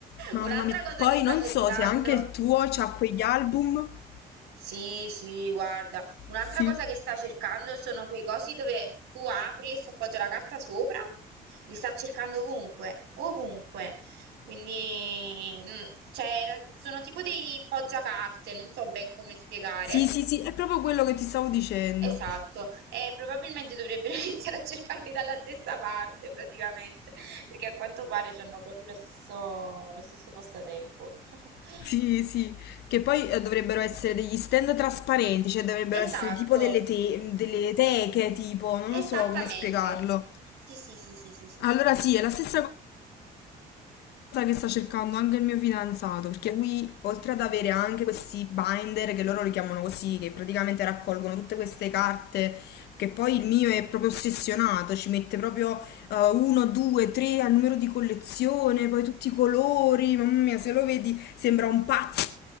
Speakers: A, on the left (about 75°); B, on the right (about 80°).
A: Mamma
B: Un'altra
A: mia,
B: cosa
A: poi
B: che sta
A: non
B: cercando.
A: so se anche il tuo c'ha quegli album.
B: Sì, sì, guarda, un'altra
A: Sì.
B: cosa che sta cercando sono quei cosi dove tu apri e si appoggia la carta sopra. Li sta cercando ovunque, ovunque. Quindi, mm, cioè, era- sono tipo dei poggiacarte, non so ben come spiegare.
A: Sì, sì, sì, è proprio quello che ti stavo dicendo.
B: Esatto, e probabilmente dovrebbero <laughs> iniziare a cercarli dalla stessa parte praticamente, perché a quanto pare hanno proprio lo stesso, lo stesso passatempo. <laughs>
A: Sì, sì, che poi eh, dovrebbero essere degli stand trasparenti, cioè dovrebbero
B: Esatto.
A: essere tipo delle, te- delle teche, tipo, non
B: Esattamente.
A: lo so come spiegarlo.
B: Sì, sì, sì, sì, sì, sì, sì,
A: Allora
B: sì.
A: sì, è la stessa cosa che sta cercando anche il mio fidanzato, perché lui, oltre ad avere anche questi binder, che loro li chiamano così, che praticamente raccolgono tutte queste carte, che poi il mio è proprio ossessionato, ci mette proprio eh, uno, due, tre al numero di collezione, poi tutti i colori, mamma mia, se lo vedi sembra un pazzo